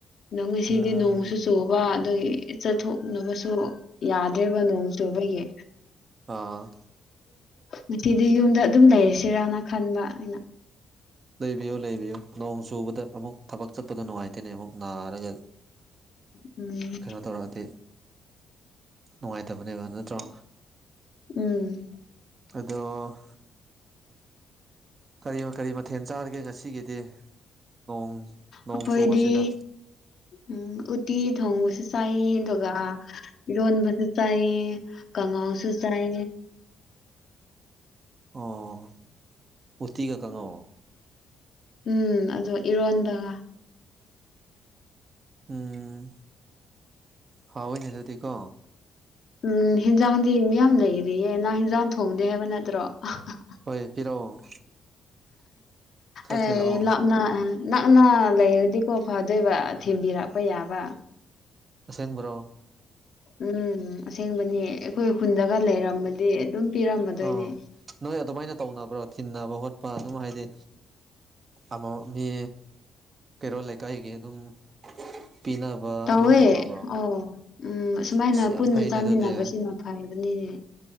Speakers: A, on the left; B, on the right.
A: ꯅꯪ ꯁꯤꯗꯤ
B: ꯎꯝ
A: ꯅꯣ ꯆꯨꯕ ꯑꯗꯒꯤ ꯆꯠꯊꯣꯛꯅꯕꯁꯨ ꯌꯥꯗ꯭ꯔꯦꯕ ꯅꯣꯡ ꯆꯨꯕꯒꯤ
B: ꯑꯥ
A: ꯉꯁꯤꯗꯤ ꯌꯨꯝꯗ ꯑꯗꯨꯝ ꯂꯩꯔꯁꯤꯔꯥꯅ ꯈꯟꯕ ꯑꯩꯅ
B: ꯂꯩꯕꯤꯌꯨ ꯂꯩꯕꯤꯌꯨ ꯅꯣꯡ ꯆꯨꯕꯗ ꯑꯃꯨꯛ ꯊꯕꯛ ꯆꯠꯄꯗ ꯅꯨꯡꯉꯥꯏꯇꯦꯅꯦ ꯑꯃꯨꯛ ꯅꯥꯔꯒ
A: ꯎꯝ
B: ꯀꯩꯅꯣ ꯇꯧꯔꯛꯑꯗꯤ ꯅꯨꯡꯉꯥꯏꯇꯕꯅꯦꯕ ꯅꯠꯇ꯭ꯔꯣ
A: ꯎꯝ
B: ꯑꯗꯣ ꯀꯔꯤ ꯀꯔꯤ ꯃꯊꯦꯜ ꯆꯥꯔꯤꯒꯦ ꯉꯁꯤꯒꯤꯗꯤ ꯅꯣꯡ ꯅꯣꯡ
A: ꯑꯩꯈꯣꯏꯗꯤ
B: ꯆꯨꯕꯁꯤꯗ
A: ꯎꯝ ꯎꯇꯤ ꯊꯣꯡꯕꯁꯨ ꯆꯥꯏꯌꯦ ꯑꯗꯨꯒ ꯏꯔꯣꯟꯕꯁꯨ ꯆꯥꯏ ꯀꯉꯥꯎꯁꯨ ꯆꯥꯏ
B: ꯑꯣ ꯎꯠꯇꯤꯒ ꯀꯪꯉꯣ
A: ꯎꯝ ꯑꯗꯨꯒ ꯏꯔꯣꯟꯕꯒ
B: ꯎꯝ ꯍꯥꯎꯏꯅꯦ ꯑꯗꯨꯗꯤꯀꯣ
A: ꯎꯝ ꯍꯦꯟꯖꯥꯡꯗꯤ ꯃꯤꯌꯥꯝ ꯂꯩꯔꯤꯌꯦ ꯅꯪ ꯍꯦꯟꯖꯥꯡ ꯊꯣꯡꯗꯦ ꯍꯥꯏꯕ ꯅꯠꯇ꯭ꯔꯣ ꯑꯥꯍꯍ
B: ꯍꯣꯏ ꯄꯤꯔꯛꯑꯣ ꯈꯔ
A: ꯑ
B: ꯊꯤꯜꯂꯛꯑꯣ
A: ꯂꯞꯅ ꯅꯛꯅ ꯂꯩꯔꯗꯤꯀꯣ ꯐꯗꯣꯏꯕ ꯊꯤꯟꯕꯤꯔꯛꯄ ꯌꯥꯕ
B: ꯑꯁꯦꯡꯕ꯭ꯔꯣ
A: ꯎꯝ ꯑꯁꯦꯡꯕꯅꯤ ꯑꯩꯈꯣꯏ ꯍ ꯈꯨꯟꯗꯒ ꯂꯩꯔꯃꯗꯤ ꯑꯗꯨꯝ ꯄꯤꯔꯝꯃꯗꯣꯏꯅꯦ
B: ꯑꯣ ꯅꯣꯏ ꯑꯗꯨꯃꯥꯏꯅ ꯇꯧꯅꯕ꯭ꯔꯣ ꯊꯤꯟꯅꯕ ꯈꯣꯠꯄ ꯑꯗꯨꯝ ꯍꯥꯏꯗꯤ ꯑꯃ ꯃꯤ ꯀꯩꯔꯣꯜ ꯂꯩꯀꯥꯏꯒꯤ ꯑꯗꯨꯝ ꯄꯤꯅꯕ
A: ꯇꯧꯋꯦ
B: ꯑꯗꯨꯝ ꯇꯧꯅꯕ꯭ꯔꯣ
A: ꯑꯣ ꯎꯝ ꯁꯨꯃꯥꯏꯅ
B: ꯑꯁ
A: ꯄꯨꯟꯅ
B: ꯌꯥꯝ ꯐꯩꯅꯦ
A: ꯆꯥꯃꯤꯟꯅꯕꯁꯤꯅ
B: ꯑꯗꯨꯗꯤ
A: ꯐ ꯑꯗꯨꯅꯤꯅꯦ